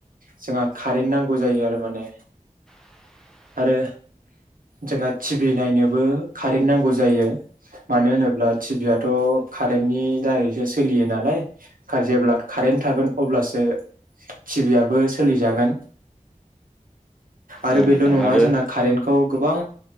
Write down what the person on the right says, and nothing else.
जोंहा कारेन नांगौ जायो आरो माने
आरो जोंहा ओहोम टि भि नायनोबो कारेन्ट नांगौ जायो मानो होनोब्ला टिभियाथ' कारेन्टनि दारैसो सोलियो नालाय जेब्ला कारेन्ट थागोन अब्लासो टिभिआबो सोलिजागोन। आरो
बेल' नङा
जोंना कारेन्टखौ गोबां